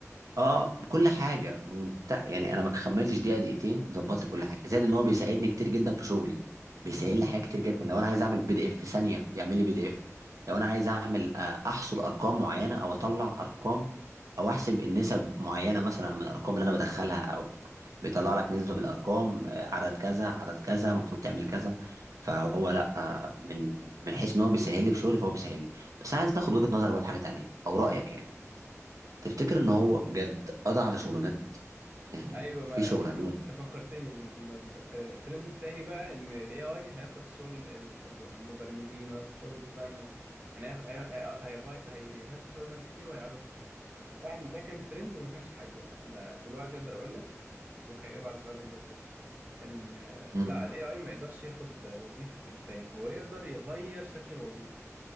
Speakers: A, on the right; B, on the right.
A: اه كل حاجه منت... يعني انا ما كملتش دقيقه دقيقتين ظبطت كل حاجه زائد ان هو بيساعدني كتير جدا في شغلي بيسهل
B: مم،
A: لي حاجات كتير جدا لو انا عايز اعمل بي دي اف في ثانيه يعمل لي بي دي اف لو انا عايز اعمل آه، احصر ارقام معينه او اطلع ارقام او احسب النسب معينه مثلا من الارقام اللي انا بدخلها او بيطلع لك نسبه بالارقام آه، عدد كذا عدد كذا المفروض تعمل كذا فهو لا آه، من من حيث ان هو بيسهل لي في شغلي فهو بيسهل لي بس عايز اخد وجهه نظرك بقى في حاجه تانيه او رايك
B: مم.
A: يعني تفتكر ان هو بجد قضى على شغلانات يعني
B: ايوه ما
A: في شغلانات
B: ف... انت فكرتني بالمناسبه آه، الترند التاني بقى ان الاي اي هياخد شغل ال- الب- المبرمجين وهياخد شغل الديزاينرز يعني هي... هي... هي... هيغي- هي... هياخد شغل ناس كتير وهيقعدهم في البيت طبعا ده كان ترند وما كانش حقيقه يعني انا دلوقتي اقدر اقول لك وكاجابه على سؤالك برضو يعني ان آه،
A: امم
B: لا الاي اي ما يقدرش ياخد آه، وظيفه انسان هو يقدر يغير شكل الوظيفه